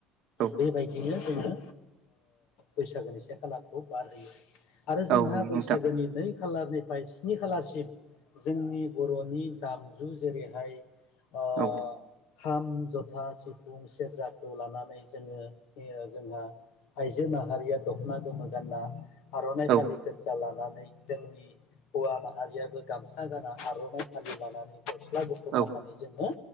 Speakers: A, on the right (about 45°); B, on the left (about 60°).
A: औ
B: बेबायदिनो जोंङो बैसागोनि से खालाखखौ बारहोयो आरो जोंहा
A: औ नंगौ
B: बैसागोनि
A: नोंथां
B: नै खालारनिफ्राय स्नि खालारसिम जोंनि बरनि दामजु जेरैहाय अ
A: औ
B: खाम जथा सिफुं सेरजाखौ लानानै जोंङो <unintelligible> जोंहा आइजो माहारिया दखना गोमो गानना आरनाइ
A: औ
B: फालि खजया लानानै जोंनि हवा माहारियाबो गामसा गाना आरनाइ फालि लानानै गस्ला गुफुर
A: औ
B: गाननानै जोंङो